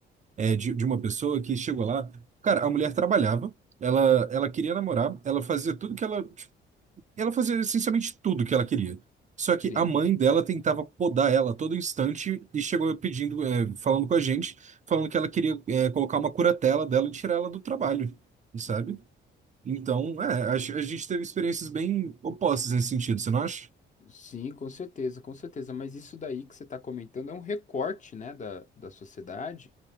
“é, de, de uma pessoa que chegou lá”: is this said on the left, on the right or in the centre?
Right